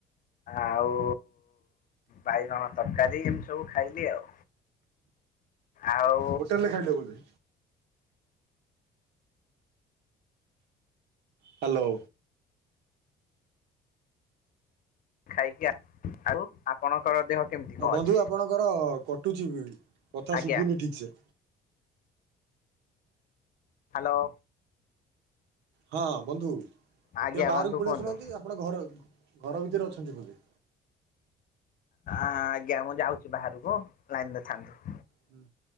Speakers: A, on the left (about 55°); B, on the right (about 85°).
A: ଆଉ ବାଇଗଣ ତରକାରୀ ଏମିତି ସବୁ ଖାଇଲି ଆଉ। ଆଉ
B: ହୋଟେଲ ରେ ଖାଇଲେ ବୋଧେ। ହ୍ୟାଲୋ।
A: ଖାଇକି ଆ ଆଉ ଆପଣଙ୍କର ଦେହ କେମିତି କଣ
B: ଆ ବନ୍ଧୁ
A: ଅଛି?
B: ଆପଣଙ୍କର କଟୁଛି କଥା
A: ଆଜ୍ଞା
B: ଶୁଭୁନି ଠିକ ସେ।
A: ହ୍ୟାଲୋ।
B: ହଁ ବନ୍ଧୁ ଟିକେ
A: ଆଜ୍ଞା
B: ବାହାରକୁ
A: ବନ୍ଧୁ
B: ପଳେଇ
A: କୁହନ୍ତୁ।
B: ଆଶୁନାହାନ୍ତି ଆପଣ ଘର ଘର ଭିତରେ ଅଛନ୍ତି ବୋଧେ।
A: ଆଜ୍ଞା ମୁଁ ଯାଉଛି ବାହାରକୁ ଲାଇନରେ ଥାଆନ୍ତୁ।
B: ହୁଁ